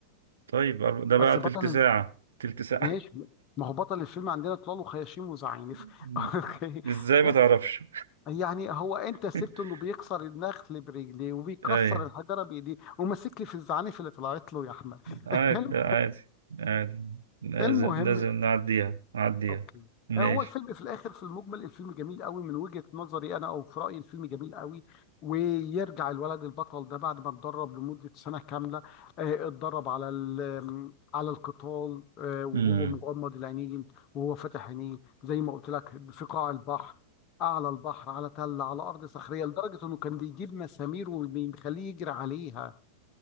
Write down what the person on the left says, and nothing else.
بس
بطل
ال-
ماشي ما هو بطل الفيلم عندنا طلال وخياشيم وزعانف
<laughs>
اوكي
يعني
يعني هو انت سبته
انه بيكسر النخل برجليه وبيكسر
الحجره بايديه وماسك لي في الزعانف اللي طلعت له يا احمد
<laughs> الم-
المهم
اوكي
آه، هو الفيلم في الاخر في المجمل الفيلم جميل قوي من وجهة نظري انا او في رايي الفيلم جميل قوي ويرجع الولد البطل ده بعد ما اتدرب لمدة سنة كاملة آه، اتدرب على ال- على القتال آه، وهو
مغمض العينين وهو فاتح عينيه زي ما قلت لك في قاع البحر اعلى البحر على تل على ارض صخريه لدرجه انه كان بيجيب مسامير وبيخليه يجري عليها